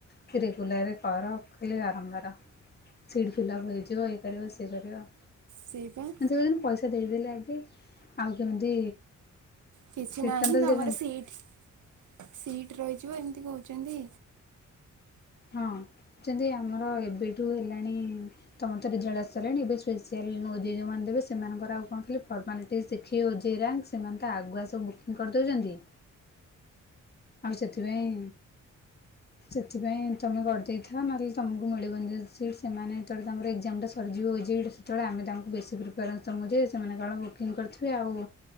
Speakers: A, on the left; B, on the right.
A: କି ରେଗୁଲାରରେ କର ଖାଲି ବାରମ୍ବାର ସିଟ୍ ଫିିଲପ୍ ହେଇଯିବ ଏ କରିବ ସେ କରିବ।
B: ସେଇ ପା।
A: ଦିନ ପଇସା ଦେଇଦେଲେ ଆଗେ ଆଉ କେମିତି
B: କିଛି
A: ରିଟର୍ଣ୍ଣ
B: ନାହିଁ
A: ତ
B: ତମର
A: ଦେବେନି
B: ସିଟ୍ ସିଟ୍ ରହିଯିବ ଏମିତି କହୁଚନ୍ତି।
A: ହଁ ଯଦି ଆମର ଏବେଠୁ ହେଲାଣି ତମରରେ ଜଳସଲେଣି ଏବେ ସ୍ପେଶଆଲ ନଦୀ ଯୋଉମାନେ ଦେବେ ସେମାନଙ୍କର ଆଉ କଣ ଖାଲି ପ <unintelligible> ଟିକେ ଶିଖିବେ ଓଜେଇ ରାଙ୍କ ସେମାନେ ତ ଆଗୁଆ ସବୁ ବୁକିଂ କରିଦଉଚନ୍ତି ଆଉ ସେଥିପାଇଁ ସେଥିପାଇଁ ତୁମେ କରିଦେଇଥାଅ ନହେଲେ ତୁମକୁ ମିଳିବନି ଯଦି ସିଟ୍ ସେମାନେ ଯେତେବେଳେ ତମର ଏକ୍ଜାମଟା ସରିଯିବ ଓଜେଇ ଟା ଯେତେବେଳେ ଆମେ ତାଙ୍କୁ ବେଶୀ ପ୍ରିଫରେନ୍ସ ମୁ ଯେ ସେମାନେ କଣ ବୁକିଂ କରିଥିବେ ଆଉ